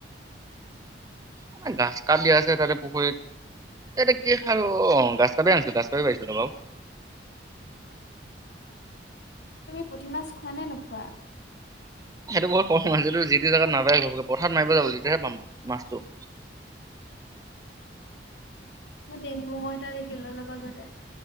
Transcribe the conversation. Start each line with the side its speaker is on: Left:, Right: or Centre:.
Right: আমাৰ গ্ৰাছ কাপ দিয়া আছে তাতে পুখুৰীত। তাতে কি খাই অ', গ্ৰাছ কাপেই আনিছো, গ্ৰাছ কাপে পাইছিলো বাৰু।
Left: তুমি পুঠি মাছ খোৱা নে নোখোৱা।
Right: সেইটো ব'ৰ ক'ম মাছ, যিটো যি টি জেগাত নাপায় ঘপককে পথাৰত মাৰিব যাব লাগিব তেতিয়াহে পাম মাছটো।
Left: মই ডেংগু মহ এটা দেখিলো অলপ আগতে,